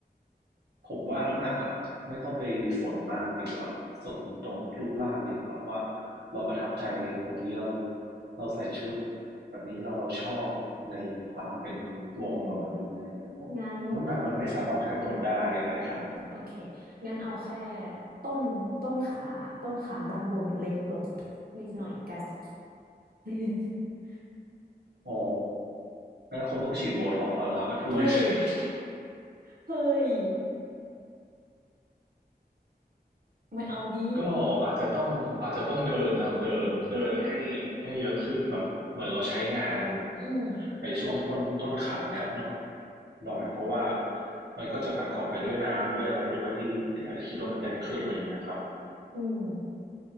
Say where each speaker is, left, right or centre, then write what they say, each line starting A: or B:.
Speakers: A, on the right; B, on the right.
A: ผมว่าน้ำหนักอะไม่ต้องไปสนมากดีกว่าสนตรงรูปร่างดีกว่าว่าเราประทับใจตรงนี้เราเราใส่ชุดแบบนี้เราเราชอบในความเป็นตัวของเราแบบนี้อะไรเงี้ยเพราะน้ำหนักมันไม่สามารถกำหนดได้อะไรขนาดนั้น
B: อืมงั้นโอเคงั้นเอาแค่ต้นต้นขาอะต้นขาด้านบนเล็กลงนิดหน่อยก็ได้ <laughs>
A: อ๋องั้นคงต้องฉีดโบท็อกซ์แล้วครับไอ้พูดเล่น
B: เฮ้ย
A: <laughs>
B: เฮ้ยไม่เอาดี
A: ก็อาจจะต้องอาจจะต้องเดินครับเดินเดินให้ให้เยอะขึ้นแบบเหมือนเราใช้งาน
B: อืม
A: ไอ้ช่วงต้นต้นขาเนี่ยเนาะหน่อยเพราะว่ามันก็จะประกอบไปด้วยน้ำด้วยอะไรด้วยที่ที่อาจจะคิดว่ามันใหญ่ขึ้นอะไรอย่างเงี้ยครับ
B: อืม